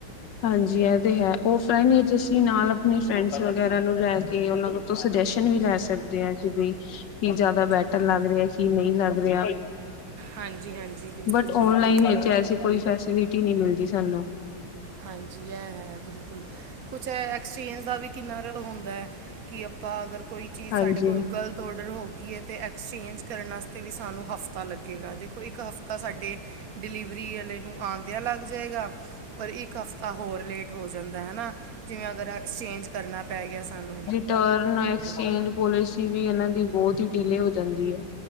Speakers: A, on the left (about 60°); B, on the right (about 60°).
A: ਹਾਂਜੀ ਇਹ ਤੇ ਹੈ ਔਫਲਾਈਨ ਵਿਚ ਅਸੀ ਨਾਲ ਆਪਣੇ ਫਰੈਂਡਸ ਵਗੈਰਾ ਨੂੰ ਲੈ ਕੇ ਉਹਨਾਂ ਨੂੰ ਤੋਂ ਸੁਜੈਸ਼ਨ ਵੀ ਲੈ ਸਕਦੇ ਆ ਕਿ ਬਈ ਕੀ ਜਿਆਦਾ ਬੈਟਰ ਲੱਗ ਰਿਹਾ ਕੀ ਨਹੀਂ ਲੱਗ ਰਿਹਾ
B: ਹਾਂਜੀ ਹਾਂਜੀ ਬਿਲਕੁਲ
A: ਬਟ ਔਨਲਾਈਨ
B: ਬਿਲਕੁਲ
A: ਵਿਚ ਐਸੀ ਕੋਈ ਫਲਸਿਟੀ ਨਹੀ ਮਿਲਦੀ ਸਾਨੂੰ
B: ਹਾਂਜੀ ਇਹ ਹੈ ਬਿਲਕੁਲ ਕੁਛ ਐਕਸਚੇਂਜ ਦਾ ਵੀ ਕਿੰਨਾ ਜਿਆਦਾ ਹੁੰਦਾ ਕਿ ਆਪਾਂ ਅਗਰ ਕੋਈ ਚੀਜ਼
A: ਹਾਂਜੀ।
B: ਸਾਡੇ ਕੋਲ ਗ਼ਲਤ ਔਡਰ ਹੋ ਗਈ ਹੈ ਤੇ ਐਕਸਚੇਂਜ ਕਰ ਕਰਨ ਵਾਸਤੇ ਵੀ ਸਾਨੂੰ ਹਫ਼ਤਾ ਲੱਗੇਗਾ ਦੇਖੋ ਇੱਕ ਹਫ਼ਤਾ ਤਾਂ ਸਾਡੇ ਡਿਲੀਵਰੀ ਵਾਲੇ ਨੂੰ ਆਂਦੇ ਆ ਲੱਗ ਜਾਏਗਾ ਪਰ ਇੱਕ ਹਫ਼ਤਾ ਹੋਰ ਲੇਟ ਹੋ ਜਾਂਦਾ ਹੈ ਨਾ ਜਿਵੇਂ ਅਗਰ ਐਕਸਚੇਂਜ ਕਰਨਾ ਪੈ ਗਿਆ ਸਾਨੂੰ
A: ਟਰਨ ਐਕਸਚੇਂਜ ਪੋਲਿਸੀ ਵੀ ਇਹਨਾਂ ਦੀ ਬਹੁਤ ਹੀ ਡੀਲੇ ਹੋ ਜਾਂਦੀ ਹੈ